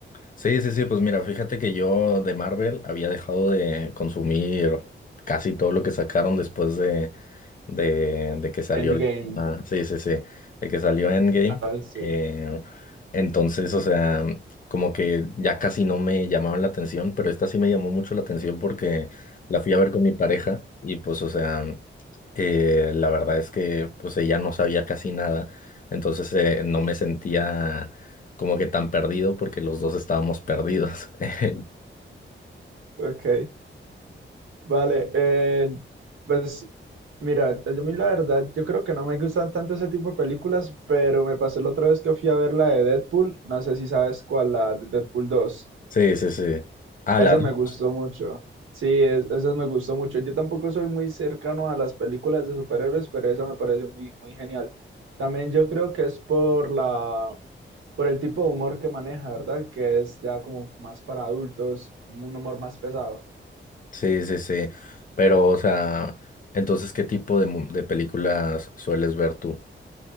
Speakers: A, on the left; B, on the right.
A: Sí, sí, sí, pues mira, fíjate que yo de Marvel había dejado de consumir casi todo lo que sacaron después de, de, de que salió
B: Endgame.
A: la última- sí, sí, sí, de que salió Endgame.
B: Ah, vale, sí.
A: Eh, entonces, o sea, como que ya casi no me llamaban la atención, pero esta sí me llamó mucho la atención porque la fui a ver con mi pareja y pues, o sea, eh, la verdad es que pues ella no sabía casi nada, entonces eh, no me sentía como que tan perdido porque los dos estábamos perdidos. <laughs>
B: Ok, vale. eh, pues, mira, yo a mí la verdad, yo creo que no me gustan tanto ese tipo de películas, pero me pasó la otra vez que fui a ver la de Deadpool. No sé si sabes cuál, la de Deadpool dos.
A: Sí, sí, sí. Ah,
B: Esa
A: las
B: me
A: dos.
B: Ah, gustó mucho. Sí, es- esa me gustó mucho. Yo tampoco soy muy cercano a las películas de superhéroes, pero esa me pareció muy, muy genial. También yo creo que es por la, por el tipo de humor que maneja, ¿verdad? Que es ya como más para adultos, un humor más pesado.
A: Sí, sí, sí. Pero, o sea, entonces, ¿qué tipo de, mu- de películas sueles ver tú?